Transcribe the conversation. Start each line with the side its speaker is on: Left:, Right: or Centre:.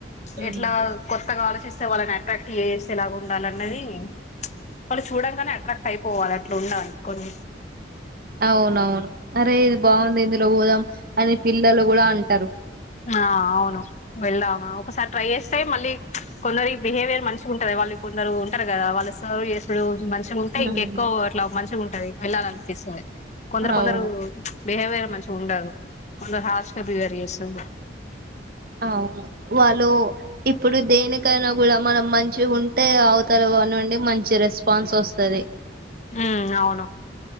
Right: ఉమ్.
Left: ఎట్లా కొత్తగాఆలోచిస్త వాళ్ళని అట్రాక్ట్ చేస్తేలాగా ఉండాల అన్నది చ్ వాళ్ళు చూడంగానే అట్రాక్ట్ అయిపోవాలి. అట్లా ఉండాలి కొన్ని
Right: అవునవును అరే ఇది బాఉంది ఇందులో పోదాం అని పిల్లలు కూడా అంటారు
Left: ఆ అవును వెళ్దామా ఒకసారి ట్రై చేస్తే మళ్ళీ కొందరు బిహేవియర్ మంచి ఉంటది వాళ్ళు కొందరు ఉంటారు కదా వాళ్ళు సర్వ్ చేసుడు మ మంచి ఉంటే
Right: ఉమ్.
Left: ఇంక ఎక్కువ అట్లా మంచిగా ఉంటది వేళ్ళా లనిపిస్తది కొందరు
Right: అవును
Left: కొందరు బిహేవియర్ మంచిగుండరు కొందరు హాష్గా బివేర్ చేస్తరు
Right: ఆ వాళ్ళు ఇప్ప ఇప్పుడు దేనికైనా కూడా మనం మంచి ఉంటే అవుతారు నుండి మంచి రెస్పాన్స్ వస్తది
Left: ఉమ్ అవును